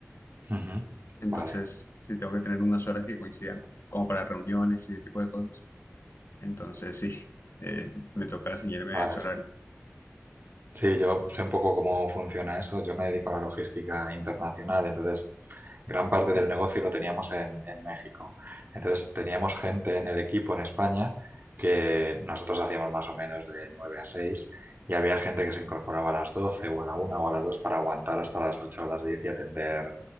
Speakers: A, on the right; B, on the left.
A: Ujú.
B: Entonces,
A: Vale,
B: sí tengo que tener unas horas que coincidan con- como para reuniones y ese tipo de cosas. Entonces, sí, <laughs> eh, me toca ceñirme
A: vale,
B: a ese horario.
A: sí. Sí, yo sé un poco cómo funciona eso. Yo me dedico a la logística internacional, entonces gran parte del negocio lo teníamos en, en México. Entonces teníamos gente en el equipo en España que nosotros hacíamos más o menos de 9 a 6. y había gente que se incorporaba a las 12 o a la una o a las 2 para aguantar hasta las 8 o las 10 y atender